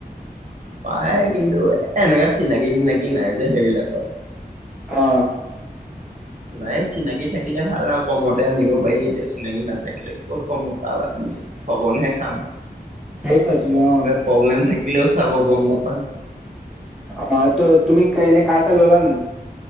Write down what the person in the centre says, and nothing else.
অ।
সেইটাৱেটো অ।
অ ত তুমি কনে কাৰ-চাৰ ললা নে নাই?